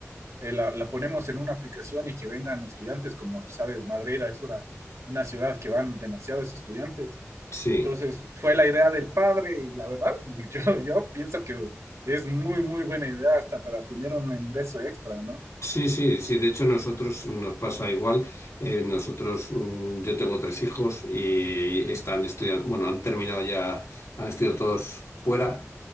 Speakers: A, on the right (about 90°); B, on the left (about 90°).
A: eh, la, la, ponemos en una aplicación y que vengan estudiantes, como sabes, Madrera es una, una ciudad que van demasiados estudiantes.
B: Sí.
A: Entonces fue la idea del padre y la verdad, <laughs> yo, yo pienso que es muy, muy buena idea hasta para tener un ingreso extra, ¿no?
B: Sí, sí, sí. De hecho, nosotros nos pasa igual. Eh, nosotros, mm, yo tengo tres hijos y
A: Sí.
B: están estudiando, bueno, han terminado ya, han estudiado todos fuera